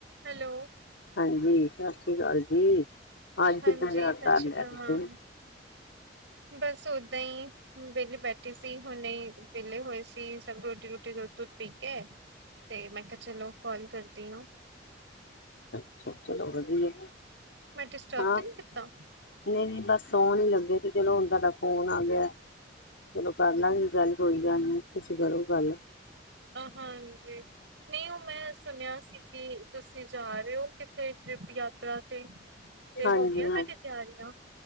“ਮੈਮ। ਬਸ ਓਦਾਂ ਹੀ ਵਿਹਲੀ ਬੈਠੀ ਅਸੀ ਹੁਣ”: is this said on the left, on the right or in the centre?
Right